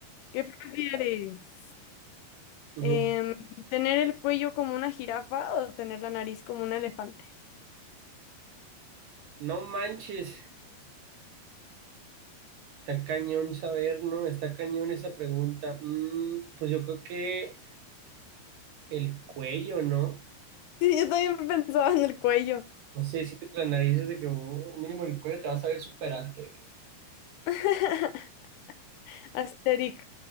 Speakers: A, on the left; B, on the right.
A: ¿qué prefieres?
B: Ujú.
A: Em, ¿tener el cuello como una jirafa o tener la nariz como un elefante? <laughs>
B: No manches. Está cañón saber, ¿no? Está cañón esa pregunta. Mm, pues yo creo que el cuello, ¿no?
A: Sí, yo también pensaba en el cuello.
B: No sé, siento que la nariz es de que oh, mínimo el cuello te vas a ver súper alto. De que,
A: <laughs> Asterix.